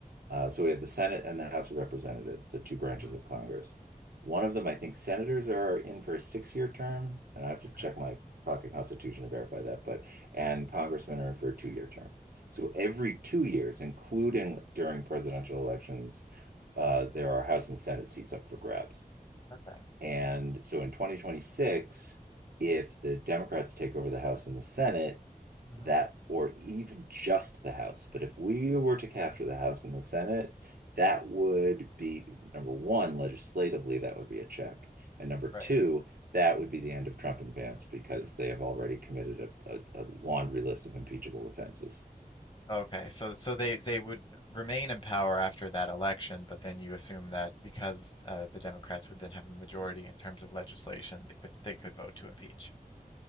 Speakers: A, on the right; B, on the left.
A: Uh, so we have the Senate and the House of Representatives, the two branches
B: Mm-hmm.
A: of Congress. One of them, I think senators are in for a six-year term, and I have to
B: Okay.
A: check my pocket constitution to verify that, but, and congressmen are in for a two-year term. So every two years, including during presidential elections, uh, there are House and Senate seats up for grabs.
B: Okay.
A: And so in 2026, if the Democrats take over the House and the Senate,
B: Mm-hmm.
A: that, or even just the House, but if we were to capture
B: Yeah.
A: the House and the Senate, that would be number one, legislatively, that would be a check. And number
B: Right.
A: two, that would be the end of Trump and Vance because they have already committed a, a, a laundry list of impeachable offenses.
B: Okay, so so they they would remain in power after that election, but then you assume that because uh, the Democrats would then have a majority in terms of legislation, they could they could vote to impeach